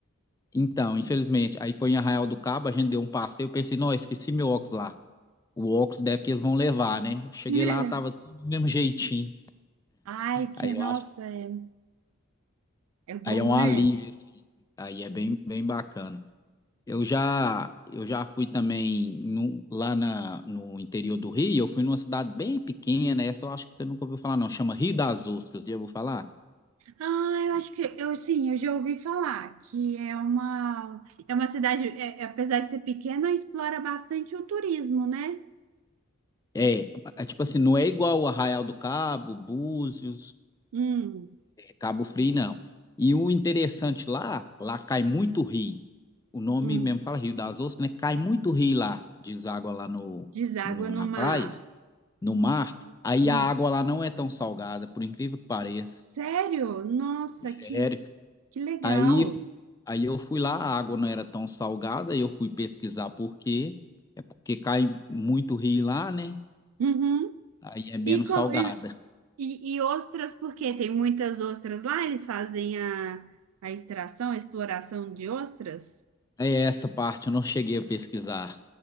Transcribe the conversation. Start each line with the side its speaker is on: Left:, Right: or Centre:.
Left: então, infelizmente, aí foi em Arraial do Cabo, a gente deu um passeio, eu pensei, não, eu esqueci meu óculos lá. O óculos deve que eles vão levar, né? Eu cheguei
Right: <laughs> Né?
Left: lá, tava tudo do mesmo jeitinho.
Right: Ai, que
Left: Aí
Right: nossa,
Left: eu
Right: é, é bom,
Left: Aí é um
Right: né?
Left: alívio, assim. Aí é bem, bem bacana. Eu já, eu já fui também num- lá na, no interior do Rio, eu fui numa cidade bem pequena, essa eu acho que você nunca ouviu falar, não. Chama Rio das Ostras, já ouviu falar?
Right: Ah, eu acho que eu sim, eu já ouvi falar que é uma é uma cidade, é- é, apesar de ser pequena, explora bastante o turismo, né?
Left: É, é tipo assim, não é igual o Arraial do Cabo, Búzios,
Right: Hum,
Left: Cabo Frio, não. E o interessante lá, lá cai muito rio. O nome
Right: hum,
Left: mesmo fala Rio das Ostras, né? Cai muito rio lá, deságua lá no,
Right: deságua
Left: no-
Right: no
Left: na
Right: mar.
Left: praia. no mar, aí
Right: Hum.
Left: a água lá não é tão salgada, por incrível que pareça.
Right: Sério? Nossa, que
Left: Sério.
Right: que legal.
Left: Aí, eu- aí eu fui lá, a água não era tão salgada, e eu fui pesquisar por quê. É porque cai muito rio lá, né?
Right: Uhum.
Left: Aí é menos
Right: E, co-
Left: salgada.
Right: e, e, e ostras, porque tem muitas ostras lá, eles fazem a, a extração, a exploração de ostras?
Left: É essa parte eu não cheguei a pesquisar.